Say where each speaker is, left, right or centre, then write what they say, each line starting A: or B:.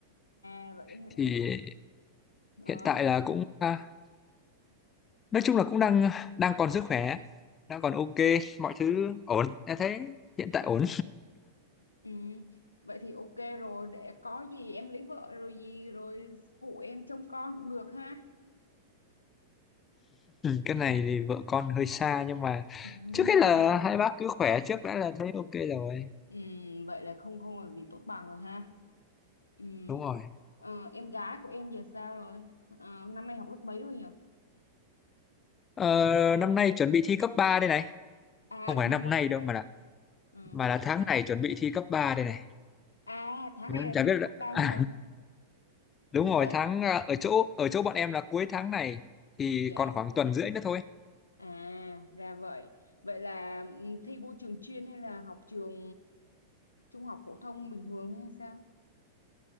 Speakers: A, on the left; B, on the left.
A: À vậy
B: Thì
A: hả? Ờ,
B: hiện tại
A: vậy
B: là cũng à, nói chung là cũng đang đang còn sức khỏe, đang còn ok, mọi thứ ổn. Em thấy hiện tại ổn.
A: ừ, vậy thì ok rồi, để có gì em lấy vợ rồi gì rồi phụ em trông con cũng được ha.
B: cái này thì vợ con hơi xa nhưng mà
A: <laughs>
B: trước hết là hai bác cứ khỏe trước đã là thấy ok rồi
A: Ừ, vậy là không không là gì tốt bằng rồi ha. Ừ.
B: đúng rồi
A: Ờ, em gái của em giờ sao rồi? Ờ, năm nay học lớp mấy rồi nhở?
B: ờ, năm nay chuẩn bị thi cấp 3 đây này
A: À
B: không
A: năm
B: phải
A: nay
B: năm
A: vô
B: nay
A: cấp
B: đâu
A: ba
B: mà là
A: Ừ.
B: mà là tháng này chuẩn bị thi cấp 3 đây này
A: À tháng
B: Nên
A: này là
B: chả
A: thi
B: biết
A: vô
B: là-
A: cấp 3 luôn
B: <laughs>
A: rồi.
B: đúng rồi
A: thế
B: tháng à,
A: ừ,
B: ở chỗ ở chỗ bọn em là cuối tháng này thì
A: dạ
B: còn khoảng tuần rưỡi nữa thôi
A: à ra vậy vậy là ừ, thi vô trường chuyên hay là học trường trung học phổ thông bình thường hay sao